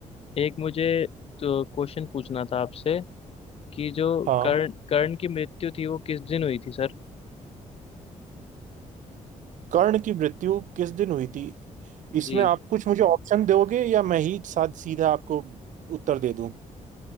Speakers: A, on the left (about 50°); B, on the right (about 75°).
A: एक मुझे तो क्वेश्चन पूछना था आपसे कि जो
B: हाँ
A: कर्ण कर्ण की मृत्यु थी वो किस दिन हुई थी सर
B: कर्ण की मृत्यु किस दिन हुई थी इसमें
A: जी
B: आप कुछ मुझे ऑप्शन दोगे या मैं ही साथ सीधा आपको उत्तर दे दूं